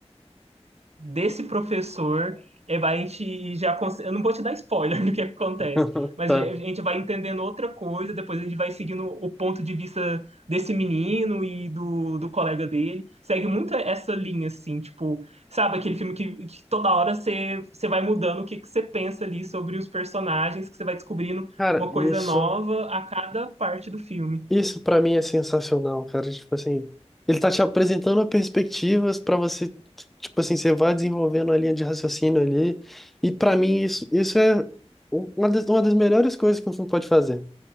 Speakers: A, on the right; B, in the centre.
A: desse professor. Aí vai, a gente já. cons- Eu não vou te dar spoiler <laughs> do que acontece,
B: <laughs>
A: mas
B: Tá.
A: a gente vai entendendo outra coisa, depois a gente vai seguindo o ponto de vista desse menino e do, do colega dele. Segue muito essa linha, assim, tipo, sabe, aquele filme que, que toda hora você, você vai mudando o que, que você pensa ali sobre os personagens, que você vai descobrindo
B: Cara,
A: uma
B: isso.
A: coisa nova a cada parte do filme.
B: Isso pra mim é sensacional, cara. Tipo assim, ele tá te apresentando perspectivas pra você, tipo assim, você vai desenvolvendo a linha de raciocínio ali. E pra mim isso, isso é um, uma das, uma das melhores coisas que um filme pode fazer.